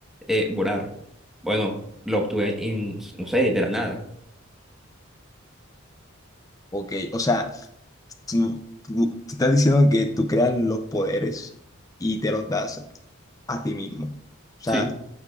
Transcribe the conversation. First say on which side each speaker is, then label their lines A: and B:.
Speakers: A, in the centre; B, on the left.
A: eh, volar. Bueno, lo obtuve, en, no sé, de la nada.
B: Ok, o sea, tú, tú- tú estás diciendo que tú creas los poderes y te los das a ti mismo. O sea,
A: Sí,